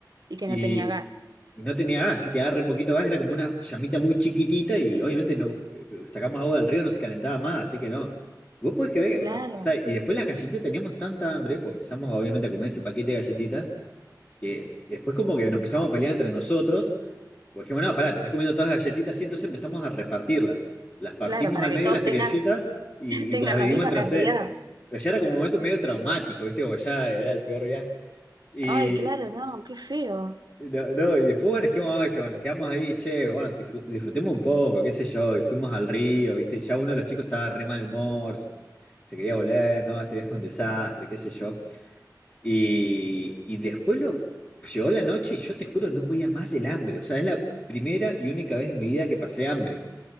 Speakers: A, on the right; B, on the left.
A: Y que
B: Y,
A: no tenía gas.
B: y no tenía gas, así que quedaba re poquito gas, era como una llamita muy chiquitita y obviamente no, eh, sacamos agua del río, no se calentaba más, así que no. Vos podés creer,
A: Claro,
B: no, o sea, y después las galletitas teníamos tanta hambre, pues empezamos obviamente a comer ese paquete de galletitas, que después como que nos empezamos a pelear entre nosotros, pues dijimos, no, pará, te estás comiendo todas las galletitas, y entonces empezamos a repartirlas. Las partimos
A: claro, para
B: al
A: que
B: medio
A: todos
B: las
A: tengan,
B: criollitas y,
A: <laughs> tengan
B: y las dividimos
A: la misma
B: entre
A: cantidad.
B: las tres. Pero ya era como un momento medio traumático, ¿viste? Como ya era el peor viaje. Y,
A: Ay, claro, no, qué feo.
B: no, no, y después bueno, dijimos, "Ay, este, bueno, nos quedamos ahí, che, bueno, trifu- disfrutemos un poco, qué sé yo, y fuimos al río, ¿viste? Y ya uno de los chicos estaba de re mal humor, se quería volver, no, este viaje es un desastre, qué sé yo. Y, y después lo, llegó la noche y yo te juro, no podía más del hambre. O sea, es la primera y única vez en mi vida que pasé hambre.